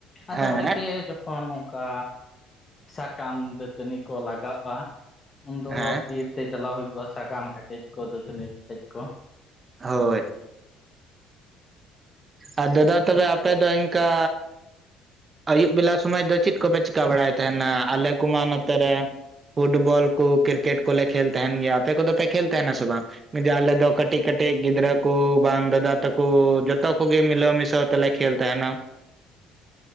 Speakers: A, on the left (about 25°); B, on the right (about 25°).
A: ᱟᱫᱚ
B: ᱦᱮᱸ
A: ᱚᱸᱰᱮ ᱜᱮ ᱡᱚ ᱠᱷᱚᱱ ᱚᱝᱠᱟ ᱥᱟᱠᱟᱢ ᱫᱟᱹᱛᱟᱹᱱᱤ ᱠᱚ ᱞᱟᱜᱟᱜᱼᱟ, ᱩᱱᱫᱚ
B: ᱦᱮᱸ
A: ᱵᱤᱨᱛᱮ ᱪᱟᱞᱟᱣ ᱦᱩᱭᱩᱜᱼᱟ᱾ ᱥᱟᱠᱟᱢ ᱦᱮᱴᱮᱡ ᱠᱚ ᱫᱟᱹᱛᱟᱹᱱᱤ ᱯᱮᱴᱮᱡ ᱠᱚ
B: ᱦᱳᱭ ᱟᱨ ᱫᱟᱫᱟ ᱛᱚᱵᱮ ᱟᱯᱮ ᱫᱚ ᱤᱱᱠᱟ ᱟᱹᱭᱩᱵ ᱵᱮᱞᱟ ᱥᱚᱢᱚᱭ ᱫᱚ ᱪᱮᱫ ᱠᱚ ᱯᱮ ᱪᱤᱠᱟᱹ ᱵᱟᱲᱟᱭ ᱛᱟᱦᱮ ᱱᱟ ᱟᱞᱮ ᱠᱚᱢᱟ ᱱᱚᱛᱮ ᱨᱮ ᱯᱷᱩᱴ ᱵᱚᱞ ᱠᱚ ᱠᱨᱤᱠᱮᱴ ᱠᱚᱞᱮ ᱠᱷᱮᱞ ᱛᱟᱦᱮᱱ ᱜᱮᱭᱟ ᱟᱯᱮ ᱠᱚ ᱫᱚ ᱯᱮ ᱠᱷᱮᱞ ᱛᱟᱦᱮ ᱱᱟ ᱥᱮ ᱵᱟᱝ ᱡᱮ ᱟᱞᱮ ᱫᱚ ᱠᱟᱹᱴᱤᱡ ᱠᱟᱹᱴᱤᱡ ᱜᱤᱫᱽᱨᱟᱹᱠᱩ ᱵᱟᱝ ᱫᱟᱫᱟ ᱛᱟᱠᱚ ᱡᱷᱚᱛᱚ ᱠᱚ ᱜᱮ ᱢᱤᱞᱟᱹ ᱢᱤᱥᱚ ᱛᱟᱞᱮ ᱠᱷᱮᱞ ᱛᱟᱦᱮ ᱱᱟ